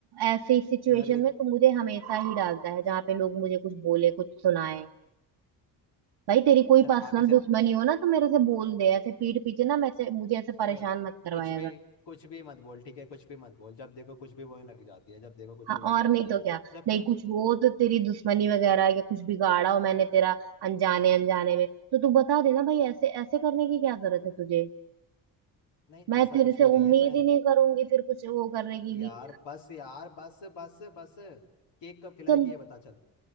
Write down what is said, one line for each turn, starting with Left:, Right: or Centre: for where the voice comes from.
Right: ऐसी सिचुएशन
Left: मैं अगले
Right: में तू मुझे हमेशा ही डालता है जहाँ पे लोग मुझे कुछ बोले कुछ सुनाए भाई तेरी कोई
Left: चल
Right: पर्सनल
Left: आगे से
Right: दुश्मनी हो ना तो मेरे से बोल दे ऐसे पीठ पीछे ना मैं से- मुझे ऐसे
Left: ओए
Right: परेशान मत करवाया
Left: कुछ भी
Right: कर
Left: कुछ भी मत बोल ठीक है कुछ भी मत बोल जब देखो कुछ भी बोलने लग जाती है जब देखो कुछ
Right: हाँ
Left: भी बोलने
Right: और
Left: लग जाती
Right: नहीं तो
Left: है
Right: क्या
Left: जब
Right: नहीं
Left: क्या
Right: कुछ हो तो तेरी दुश्मनी वगैरह या कुछ बिगाड़ा हो मैंने तेरा अनजाने अनजाने में तो तू बता देना भाई ऐसे ऐसे करने की क्या जरूरत है तुझे
Left: नहीं
Right: मैं
Left: ऐसा
Right: तेरे
Left: कुछ
Right: से
Left: भी नहीं
Right: उम्मीद
Left: है मैं
Right: ही नहीं करूंगी फिर कुछ वो करने की
Left: यार
Right: कि
Left: बस यार बस बस बस केक कब खिलाएगी
Right: चल
Left: ये बता चल